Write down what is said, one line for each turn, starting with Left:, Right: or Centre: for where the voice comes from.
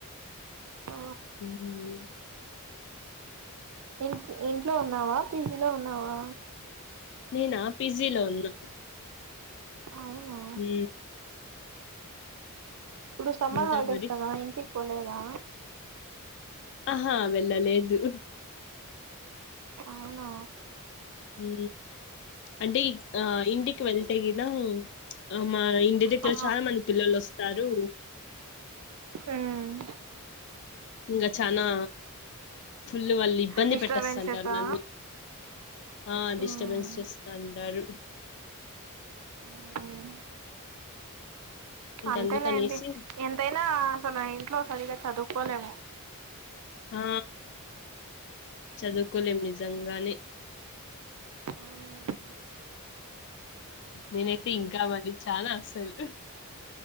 Right: ఆ.
Left: హ్మ్.
Right: ఇంట్ ఇంట్లో ఉన్నావా పీజీలో ఉన్నావా.
Left: నేనా పిజీ లో ఉన్నా.
Right: అవునా
Left: ఉ.
Right: ఇప్పుడు సమ్మర్
Left: ఇంకా
Right: హాలిడేస్
Left: మరి
Right: కదా ఇంటికి పోలేదా.
Left: ఆహా వెళ్ళలేదు.
Right: అవునా.
Left: ఉ అంటే ఈ ఆ ఇంటికి వెళ్తే గిన. ఆ మా ఇంటి దగ్గర
Right: ఆ
Left: చాలా మంది పిల్లలు వస్తారు.
Right: ఉమ్.
Left: ఇంకా చనా ఫుల్ వాల్ని ఇబ్బంది
Right: డిస్టర్బెన్సెసా
Left: పెట్టేస్త దాన్ని నమ్మి. ఆ
Right: ఉమ్
Left: డిస్టర్బెన్స్ చేస్తాంటారు.
Right: ఉమ్
Left: ఇంకందుకనేసి
Right: అంతేలేండి ఎంతైనా అసలు ఇంట్లో సరిగా చదువుకోలేము.
Left: ఆ చదువుకోలేం నిజంగానే.
Right: ఉమ్.
Left: నేనైతే ఇంకా మరి చానా అస్సలు.